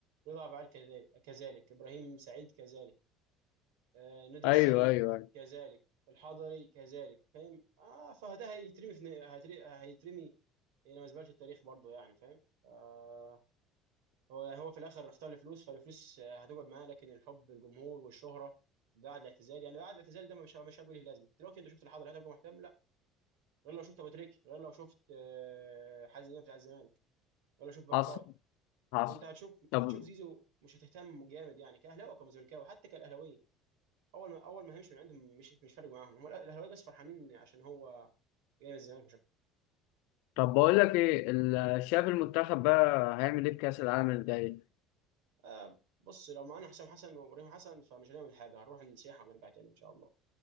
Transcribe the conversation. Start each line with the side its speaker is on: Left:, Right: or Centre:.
Right: رضا أبو علي كذلك كذلك ابراهيم سعيد كذلك آه، ندر
Left: ايوه
Right: السيد
Left: ايوه ايوه
Right: كذلك الحضري كذلك فاهم اه فده هيترمي في هيترمي هيترمي الى مزبله التاريخ برضه يعني فاهم آه هو يعني هو في الاخر اختار الفلوس فالفلوس آه، هتقعد معاه لكن الحب الجمهور والشهره بعد الاعتزال يعني بعد الاعتزال ده مش مش هيبقى ليه لازمه دلوقتي انت شفت الحاضر هتبقى مهتم لا غير لو شفت ابو تريكه غير لو شفت آه، حازم امام بتاع الزمالك غير لو شفت بركات
Left: حصل حصل
Right: فانت هتشوف
Left: طب
Right: هتشوف زيزو مش هتهتم جامد يعني كاهلاوي وكمزملكاوي حتى كالاهلاوي اول ما اول ما هيمشي من عندهم مش مش فارق معاهم هم الاهلاوي بس فرحانين عشان هو جاي من الزمالك مش اكتر
Left: طب بقول لك ايه ال- شايف المنتخب بقى هيعمل ايه في كاس العالم الجاي
Right: آه، بص لو معانا حسام حسن وابراهيم حسن فمش هنعمل حاجه هنروح نسيحه ونرجع تاني ان شاء الله